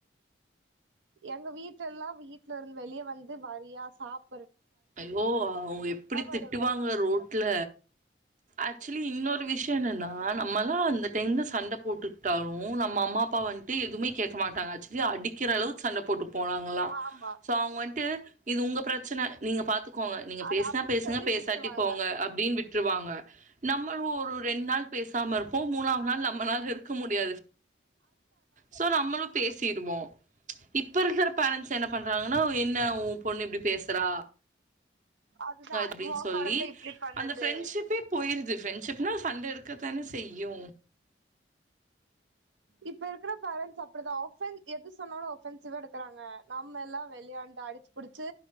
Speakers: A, on the right; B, on the right.
A: எங்க வீட்டு எல்லாம் வீட்டுல இருந்து வெளியே வந்து வரியா சாப்ப
B: ஐயோ அவங்க எப்படி திட்டுவாங்க
A: வருவ
B: ரோடல ஆக்சுவலி இன்னொரு விஷயம் என்னன்னா நம்மளாம் அந்த டைந்தில் சண்டை போட்டுட்டாலும் நம்ம அம்மா அப்பா வந்துட்டு எதுவுமே கேட்க மாட்டாங்க ஆக்சுவலி அடிக்கிற அளவுக்கு சண்ட போட்டு போனாங்கல்லாம்
A: ஆமா
B: சோ அவங்க வந்துட்டு இது உங்க பிரச்சனை நீங்க பார்த்து ங்க நீங்க
A: அது
B: பேசினா
A: அப்டி
B: பேசுங்க
A: சொல்லி
B: பேசாட்டி
A: விட்டுருவாங்க
B: போங்க அப்படின்னு விட்டுருவாங்க நம்ம ஒரு ரெண்டு நாள் பேசாம இருப்போம் மூணாவது நாள் நம்ம நாள் இருக்கு இருக்க முடியாது சோ நம்மளு பேசிருவோ இப்ப இருக்கிற பேரன்ட்ஸ் என் என்ன பண்றாங்கன்னா என்ன உ பொண்ணு இப்படி பேசுறா
A: அதுதா
B: அப்டின்னு
A: ஓ
B: சொல்லி
A: கொழந்த இப்டி பண்ணுது
B: அந்த ஃப்ரெண்ட்ஷிப்பே போயிருது ஃப்ரெண்ட்ஷிப்னா வந்து எடுக்க தானே செய்யு
A: இப்ப இருக்கிற பேரன்ட்ஸ் அப்டிதா ஆஃபன் எது சொன்னாலு ஒஃபன்சிவா எடுக்கிறாங்க நம்ம எல்லா வெளையாண்டு அடிச்சு புடிச்சு